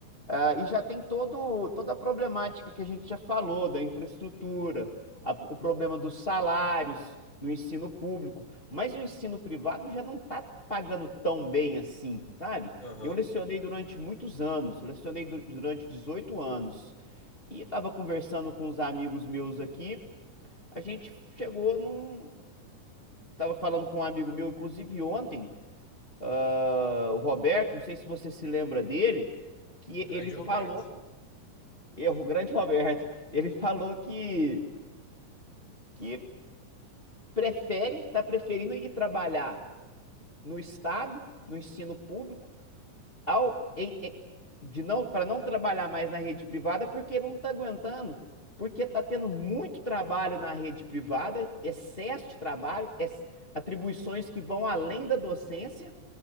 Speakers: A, on the left; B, on the right.
A: Ah, e já tem todo, toda a problemática que a gente já falou, da infraestrutura, a- o problema dos salários no ensino público. Mas o ensino privado já não está pagando tão bem assim, sabe?
B: aham.
A: Eu lecionei durante muitos anos, eu lecionei du- durante 18 anos. E estava conversando com os amigos meus aqui, a gente chegou num. Estava falando com um amigo meu, inclusive ontem, ah, o Roberto, não sei se você se lembra dele, que
B: Grande
A: ele falou,
B: Roberto.
A: é o grande <laughs> Roberto, ele falou que, que prefere, está preferindo ir trabalhar no Estado, no ensino público ao em- em- de não para não trabalhar mais na rede privada porque ele não está aguentando, porque está tendo muito trabalho na rede privada, excesso de trabalho, ex- atribuições que vão além da docência